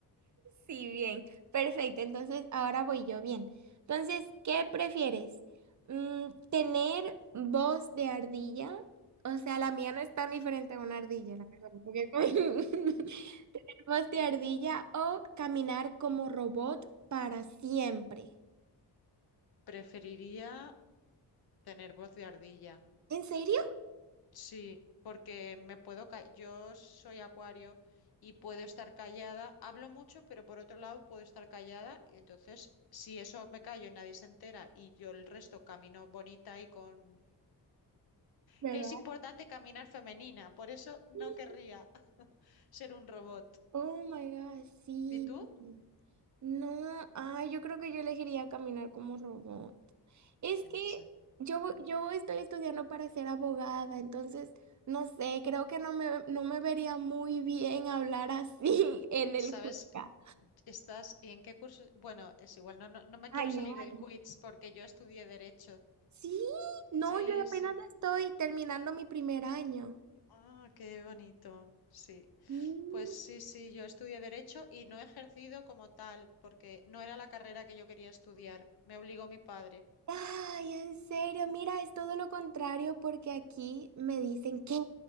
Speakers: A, on the right; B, on the left.
A: Sí, bien. Perfecto. Entonces, ahora voy yo bien. Entonces, ¿qué prefieres? Mm, ¿tener voz de ardilla? O sea, la mía no es tan diferente a una ardilla, la verdad. porque es muy- <laughs> ¿Voz de ardilla o caminar como robot para siempre?
B: Preferiría tener voz de ardilla.
A: ¿En serio?
B: Sí, porque me puedo ca- yo soy acuario y puedo estar callada, hablo mucho, pero por otro lado puedo estar callada, y entonces si eso me callo y nadie se entera y yo el resto camino bonita y con...
A: ¿Verdad?
B: Es importante caminar femenina, por eso no
A: Sí.
B: querría <laughs> ser un robot.
A: Oh my God, sí.
B: ¿Y tú?
A: No, ay, yo creo que yo elegiría caminar como robot. Es
B: En
A: que
B: se-
A: yo, yo estoy estudiando para ser abogada, entonces, no sé, creo que no me, no me vería muy bien hablar así <laughs> en el
B: ¿Sabes?
A: juzgado.
B: ¿Estás y en qué curso? Bueno, es igual, no, no, no me
A: Año,
B: quiero salir del
A: año.
B: quiz porque yo estudié derecho.
A: Sí, no,
B: Sí,
A: yo apenas
B: sí.
A: estoy terminando mi primer año.
B: Ah, qué bonito. Sí.
A: Sí.
B: Pues sí, sí, yo estudié derecho y no he ejercido como tal, porque no era la carrera que yo quería estudiar. Me obligó mi padre.
A: Ay, en serio, mira, es todo lo contrario porque aquí me dicen, ¿qué?